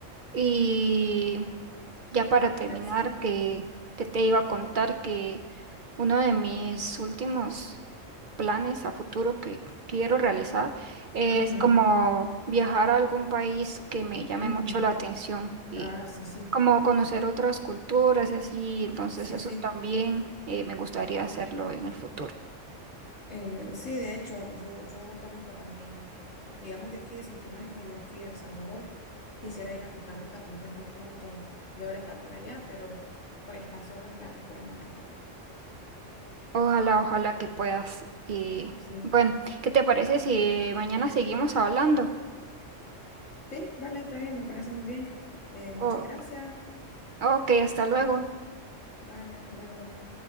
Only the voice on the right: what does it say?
Y ya para terminar,
que, que te iba a contar que uno de mis últimos planes a futuro que quiero realizar es
como viajar a algún país que me llame
mucho la atención y
como conocer otras culturas y así. Entonces
eso
también eh, me gustaría hacerlo en el futuro.
Ojalá, ojalá que puedas. Y
bueno, ¿qué te parece si mañana seguimos hablando?
O-
ok,
hasta
luego.